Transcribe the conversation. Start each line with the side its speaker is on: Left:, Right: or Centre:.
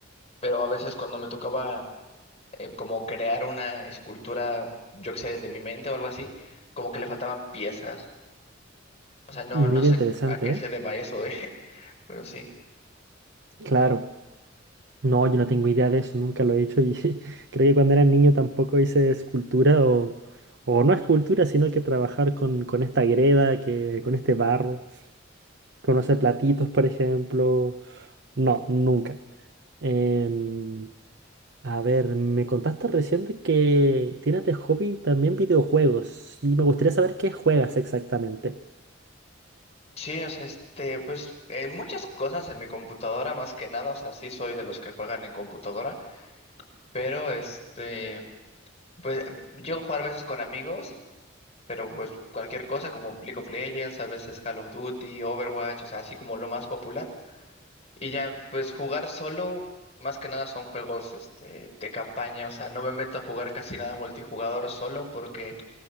Left: pero a veces cuando me tocaba eh, como crear una escultura, yo que sé, desde mi mente o algo así, como que le faltaban piezas. O sea, no,
Right: Mira,
Left: no sé
Right: interesante,
Left: a qué
Right: ¿eh?
Left: se deba eso, <laughs> eh, pero sí.
Right: Claro. No, yo no tengo idea de eso, nunca lo he hecho y <laughs> creo que cuando era niño tampoco hice escultura o, o no escultura, sino que trabajar con, con esta greda, que, con este barro, con hacer platitos, por ejemplo. No, nunca. Em, a ver, me contaste recién de que tienes de hobby también videojuegos y me gustaría saber qué juegas exactamente.
Left: Sí, o sea, este, pues eh, muchas cosas en mi computadora, más que nada, o sea, sí soy de los que juegan en computadora, pero este, pues llego a jugar a veces con amigos, pero pues cualquier cosa como League of Legends, a veces Call of Duty, Overwatch, o sea, así como lo más popular. Y ya, pues jugar solo, más que nada son juegos este, de campaña, o sea, no me meto a jugar casi nada multijugador solo porque